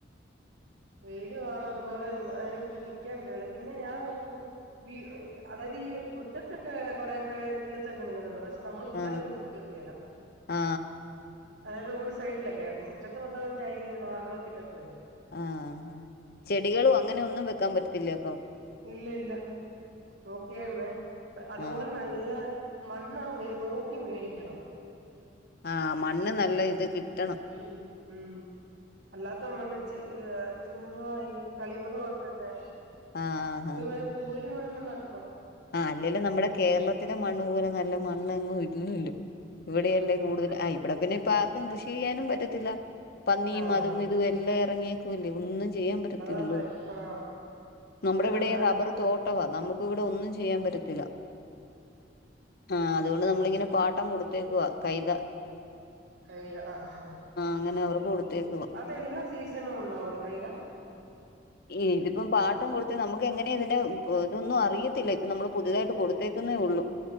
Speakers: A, on the right; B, on the left.
A: വെയിലുവാണ് അതുപോലെ അയിന് നിക്കാൻ പറ്റുന്നില്ല പിന്നെ ഞാൻ നോക്കിയപ്പോ വീട് ഇഹ് അതായത് ഈ മുറ്റത്തൊക്കെ <unintelligible> കൊറേക്കെ കിളിർത്ത് അങ്ങ് നിക്കുന്നൊണ്ട് പക്ഷെ പക്ഷെ നമ്മള് ഇട്ടാലൊന്നും
B: ആ ആ
A: കിള്ക്കേല
B: ആ ആ
A: <unintelligible> റോഡ് സൈഡിലക്കെ മ് റ്റത്ത് മൊത്തോം ടൈലും, മാർബിളും ഒക്കെ ഇട്ടേക്കുവല്ലേ
B: ആഹ് ആഹ് ചെടികളും അങ്ങനെ ഒന്നും വെക്കാൻ പറ്റത്തില്ലേ അപ്പൊ
A: ഇല്ല ഇല്ല നോക്കിയാര്ന്നേ അതുപോലെ
B: ആ
A: നല്ല മണ്ണ് വേ നോക്കി മേടിക്കണം
B: ആഹ് മണ്ണ് നല്ല ഇത് കിട്ട്
A: ഉം ഉം അല്ലാത്ത മണ്ണ് ചെ ഏഹ് ചുമ്മാ ഈ കളിമണ്ണ് പോലത്തെയൊക്കെ
B: ആഹ് ഹാ
A: ഒരു മാതിരി
B: ഹാ
A: പൂരി മണ്ണ്ന്നൊക്കെ
B: ആഹ് അല്ലേലും നമ്മടെ കേരളത്തിലെ മണ്ണ് പോലെ നല്ല മണ്ണ് എങ്ങും ഇല്ലല്ലോ ഇവിടെയല്ലേ
A: ഉം ഹും
B: കൂടുതൽ ആഹ് ഇവിട പിന്നെ ഇപ്പ ആർക്കും കൃഷി ചെയ്യാനും പറ്റത്തില്ല പന്നിയും
A: ആഹ്
B: അതും ഇതും എല്ലാം എറങ്ങിയേക്കുവല്ലേ ഒന്നും ചെയ്യാൻ പറ്റത്തില്ലല്ലോ
A: അതതെ ആഹ്
B: നമ്മുടെ
A: എന്നെ
B: ഇവിടെ
A: നട്ടാലും
B: റബ്ബർ
A: പൂവും
B: തോട്ടവാ നമ്മുക്ക് ഇവിടെ ഒന്നും ചെ പറ്റത്തില്ല ആഹ് അതു കൊണ്ട് നമ്മളിങ്ങനെ പാട്ടം കൊടുത്തേക്കുവാ കൈത
A: കൈത ആഹ് ആഹ് ആഹ്
B: അങ്ങനെ അവർക്ക് കൊടുത്തേക്കുവാ
A: അതെല്ലാ സീസണിലും ഒണ്ടാവോ ഈ കൈത
B: ഏ ഇതിപ്പം പാട്ട് ട്ടം കൊടുത്ത് നമ്മക്ക് എങ്ങനെ ഇതിന്റെ പ്പൊതൊന്നും അറിയത്തില്ല ഇപ്പ നമ്മള് പുതുതായിട്ട് കൊടുത്തേക്കുന്നേ ഒള്ളൂ